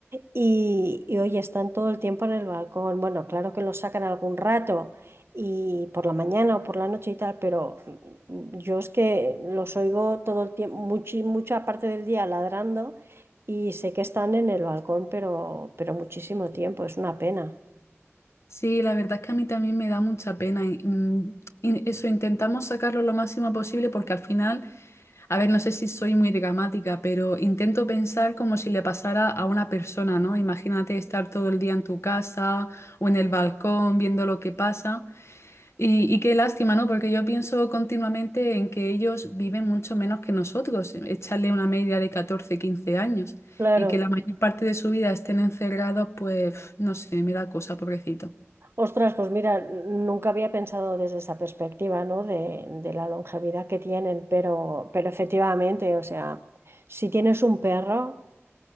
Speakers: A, on the right (about 55°); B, on the left (about 70°).
A: y, y oye, están todo el tiempo en el balcón. Bueno, claro que los sacan algún rato y por la mañana o por la noche y tal, pero mm, yo es que los oigo todo el tiempo, mucha parte del día ladrando y sé que están en el balcón, pero, pero muchísimo tiempo. Es una pena.
B: Sí, la verdad es que a mí también me da mucha pena. y, mm, y eso, intentamos sacarlo lo máximo posible porque al final... A ver, no sé si soy muy dramática, pero intento pensar como si le pasara a una persona, ¿no? Imagínate estar todo el día en tu casa o en el balcón viendo lo que pasa. Y, y qué lástima, ¿no? Porque yo pienso continuamente en que ellos viven mucho menos que nosotros, echarle una media de 14, 15 años
A: Claro.
B: y que la mayor parte de su vida estén encerrados, pues no sé, me da cosa, pobrecito.
A: Ostras, pues mira, nunca había pensado desde esa perspectiva, ¿no? De, de la longevidad que tienen, pero, pero efectivamente, o sea, si tienes un perro,